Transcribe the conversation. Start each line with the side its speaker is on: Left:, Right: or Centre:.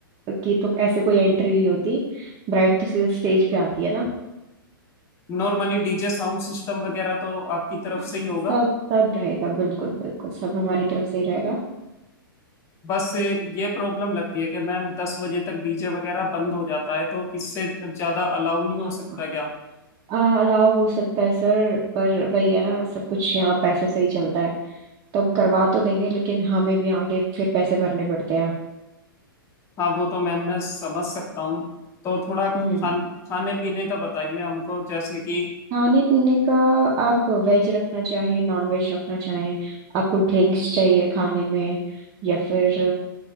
Right: की तो ऐसे कोई एंट्री नहीं होती ब्राइड तो सीधा स्टेज पे आती है ना
Left: नॉर्मली डीजे साउंड सिस्टम वगैरह तो आपकी तरफ
Right: हाँ,
Left: से ही होगा
Right: सब सब रहेगा बिल्कुल बिल्कुल सब हमारी तरफ से ही रहेगा
Left: बस ये प्रॉब्लम लगती है कि मैम दस बजे तक डीजे वगैरह बंद हो जाता है तो इससे ज्यादा अलाउ नहीं हो
Right: हाँ
Left: सकता क्या
Right: अलाव हो सकता है सर पर वही है ना सब कुछ यहाँ पैसों से ही चलता है तो हम करवा तो देंगे लेकिन हमें भी आगे फिर पैसे भरने पड़ते हैं
Left: हाँ वो तो मैम मैं समझ सकता हूँ तो थोड़ा खान
Right: हम्म
Left: खाने पीने का बताइए हमको जैसे कि
Right: खाने पीने का आप वेज रखना चाहें नॉन वेज रखना चाहें आपको ड्रिंक्स चाहिए खाने में या फिर